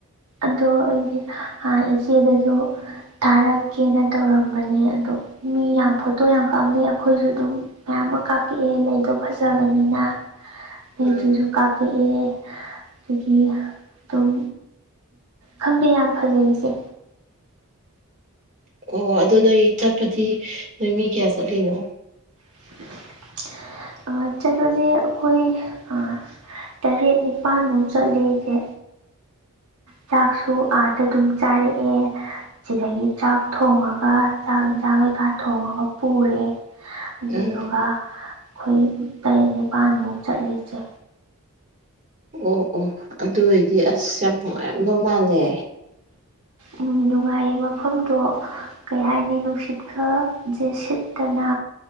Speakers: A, on the right; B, on the right.
A: ꯑꯗꯣ ꯑꯩꯁꯦ ꯑꯥ ꯏꯆꯦꯗꯁꯨ ꯊꯥꯔꯛꯀꯦꯅ ꯇꯧꯔꯝꯕꯅꯦ ꯑꯗꯣ ꯃꯤ ꯌꯥꯝ ꯐꯣꯇꯣ ꯌꯥꯝ ꯀꯥꯞꯅꯩ ꯑꯩꯈꯣꯏꯁꯨ ꯑꯗꯨꯝ ꯃꯌꯥꯝ ꯑꯃ ꯀꯥꯞꯄꯤꯑꯦ ꯂꯩꯗꯣ ꯐꯖꯕꯅꯤꯅ꯫ ꯂꯩꯗꯨꯖꯨ
B: ꯎꯝ
A: ꯀꯥꯞꯄꯛꯑꯦ꯫ ꯗꯒꯤ ꯑꯗꯨꯝ ꯈꯪꯗꯦ ꯌꯥꯝ ꯐꯖꯩ ꯏꯆꯦ꯫
B: ꯑꯣ ꯑꯗꯣ ꯅꯣꯏ ꯆꯠꯄꯗꯤ ꯅꯣꯏ ꯃꯤ ꯀꯌꯥ ꯆꯠꯂꯤꯅꯣ꯫
A: <inaudible> ꯑ ꯆꯠꯄꯁꯦ ꯑꯩꯈꯣꯏ ꯑ ꯇꯔꯦꯠ ꯅꯤꯄꯥꯟꯃꯨꯛ ꯆꯠꯂꯦ ꯏꯆꯦ꯫ ꯆꯥꯛꯁꯨ ꯑꯥꯗ ꯗꯨꯝ ꯆꯥꯔꯛꯑꯦ꯫ ꯁꯤꯗꯒꯤ ꯆꯥꯛ ꯊꯣꯡꯉꯒ ꯆꯥꯛ ꯌꯦꯟꯁꯥꯡ ꯀꯩꯀꯥ ꯊꯣꯡꯉꯒ ꯄꯨꯔꯦ꯫ ꯑꯗꯨꯗꯨꯒ
B: ꯎꯝ
A: ꯑꯩꯈꯣꯏ ꯇꯔꯦꯠ ꯅꯤꯄꯥꯟꯃꯨꯛ ꯆꯠꯂꯤ ꯏꯆꯦ꯫
B: ꯑꯣ-ꯑꯣ ꯑꯗꯨ ꯑꯣꯏꯗꯤ ꯑꯁ ꯌꯥꯝ ꯅꯨꯡꯉꯥꯏꯔꯝꯗꯧ ꯃꯥꯜꯂꯦ꯫
A: ꯎꯝ ꯅꯨꯡꯉꯥꯏꯌꯦ ꯃꯐꯝꯗꯣ ꯀꯩ ꯍꯥꯏꯅꯤ ꯅꯨꯡꯁꯤꯠꯀꯁꯦ ꯁꯤꯠꯇꯅ